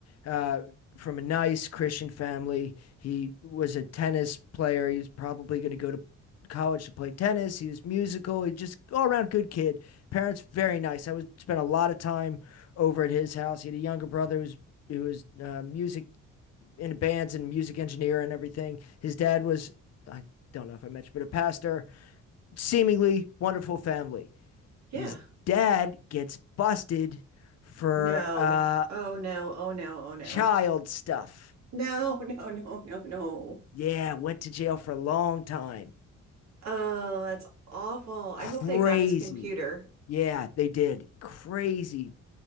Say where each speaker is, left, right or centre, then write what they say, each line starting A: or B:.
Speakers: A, on the left; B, on the right.
A: uh, from a nice Christian family, he was a tennis player. He was probably going to go to college to play tennis. He was musical. He just all around good kid. Parents very nice. I would spend a lot of time over at his house. He had a younger brother who was who was uh, music in bands and music engineer and everything. His dad was I don't know if I mentioned, but a pastor seemingly wonderful family. His
B: Yeah.
A: dad gets busted for
B: No.
A: uh,
B: Oh no. Oh no. Oh no.
A: child stuff.
B: No, <laughs> no, no, no, no.
A: Yeah, went to jail for a long time.
B: Oh, that's awful. I
A: Crazy.
B: hope they got his computer.
A: Yeah, they did. Crazy.